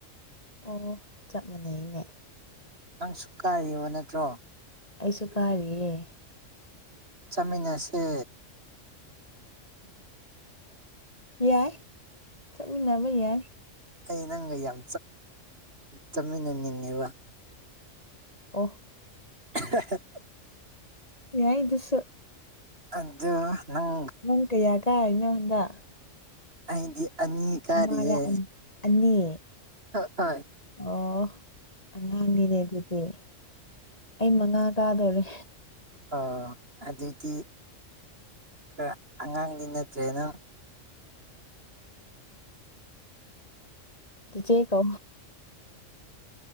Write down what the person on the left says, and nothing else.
ꯑꯣ ꯆꯞ ꯃꯥꯟꯅꯩꯅꯦ
ꯑꯩꯁꯨ ꯐꯥꯥꯏꯔꯤꯦꯦ
ꯌꯥꯏ ꯆꯠꯃꯤꯟꯅꯕ ꯌꯥꯏ
ꯑꯣꯐ
ꯌꯥꯏꯁꯨ
ꯅꯪ ꯀꯌꯥ ꯀꯥꯔꯤꯅꯣ ꯍꯟꯗꯛ
ꯑꯃꯔ ꯑꯅꯤ ꯑꯅꯤ
ꯑꯣ ꯅꯥꯡꯅꯦꯦ ꯑꯗꯨꯗꯤꯦ ꯑꯩ ꯃꯉꯥ ꯀꯥꯗꯣꯔꯦ
ꯑꯦꯆꯦ ꯀꯣ